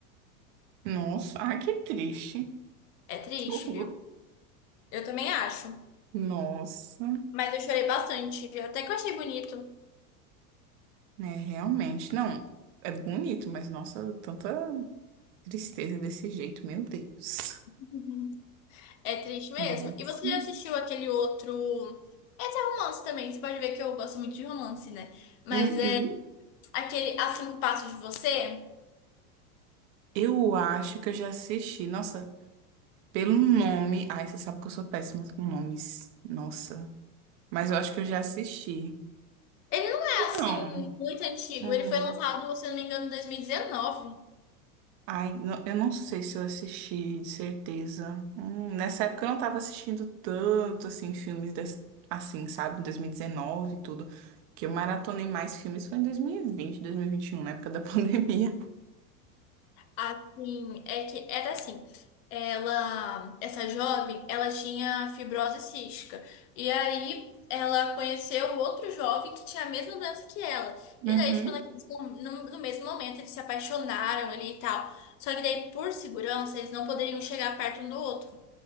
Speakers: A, on the right (about 50°); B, on the left (about 55°).
A: Nossa, ai, que triste.
B: É triste,
A: Que horror.
B: viu? Eu também acho.
A: Nossa,
B: Mas eu chorei bastante. Até que eu achei bonito.
A: né, realmente. Não, é bonito, mas nossa, tanta tristeza desse jeito, meu Deus.
B: <laughs> É triste mesmo.
A: Nossa.
B: E você já assistiu aquele outro. Esse é romance também. Você pode ver que eu gosto muito de romance, né? Mas
A: Uhum.
B: é aquele A Cinco Passos de Você.
A: Eu acho que eu já assisti. Nossa, pelo nome. Ai, você sabe que eu sou péssima com nomes. Nossa. Mas eu acho que eu já assisti.
B: Ele não é assim
A: Não.
B: muito antigo.
A: Hum.
B: Ele foi lançado, se eu não me engano, em 2019.
A: Ai, não- eu não sei se eu assisti, de certeza. Hum, nessa época eu não tava assistindo tanto, assim, filmes des- assim, sabe? Em 2019 e dezenove e tudo. Que eu maratonei mais filmes foi em 2020, 2021, na época da <laughs> pandemia.
B: Assim, é que era assim. Ela, essa jovem, ela tinha fibrose cística. E aí ela conheceu outro jovem que tinha a mesma doença que ela.
A: Uhum.
B: E daí, tipo, naqueles mom- no, no mesmo momento, eles se apaixonaram ali e tal. Só que daí, por segurança, eles não poderiam chegar perto um do outro.